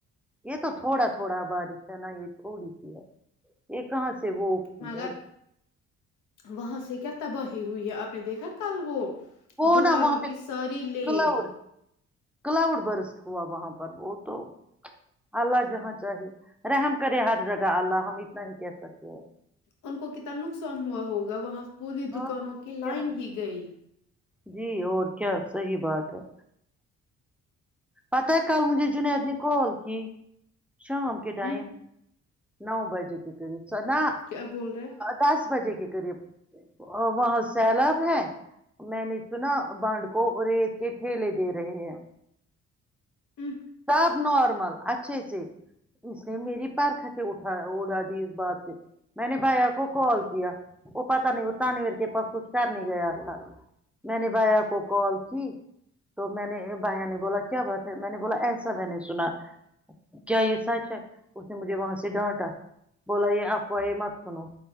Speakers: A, in the centre; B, on the left.
A: یہ تو تھوڑا تھوڑا بارش ہے نا یہ تھوڑی سی ہے یہ کہاں سے وہ
B: مگر
A: آ،
B: وہاں سے کیا تباہی ہوئی ہے آپ نے دیکھا کل وہ
A: وہ
B: دکانوں
A: نا وہاں پہ
B: کی ساری لین
A: کلاؤڈ کلاؤڈ برس ہوا وہاں پر وہ تو اللہ جہاں چاہے رحم کرے ہر جگہ اللہ ہم اتنا ہی کہہ سکتے ہیں
B: ان کو کتنا نقصان ہوا ہوگا وہاں پوری
A: ہاں
B: دکانوں
A: اور
B: کی
A: کیا
B: لائن ہی گئی
A: جی اور کیا صحیح بات ہے پتا ہے کل مجھے جنید نے کال کی شام کےٹائم
B: ہ
A: نو بجے کے قریب سنا
B: کیا بول رہے
A: دس بجے کے قریب آ وہاں سیلاب ہے میں نے سنا بانڈ کو ریت کے ٹھیلے دے رہے ہیں
B: ہ
A: سب نارمل اچھے سے اس نے میری پرکھٹ اٹھایا وہ دادی اس بات سے میں نے بھیا کو کال کیا وہ پتا نہیں ہو تانویر کے پرسو کچھ کر نے گیا تھا میں نے بھیا کو کال کی تو میں نے بھیا نے بولا کیا بات ہے میں نے بولا ایسا میں نے سنا کیا یہ سچ ہے اس نے مجھے وہاں سے ڈانٹا بولا یہ آپ وہ یہ مت سنو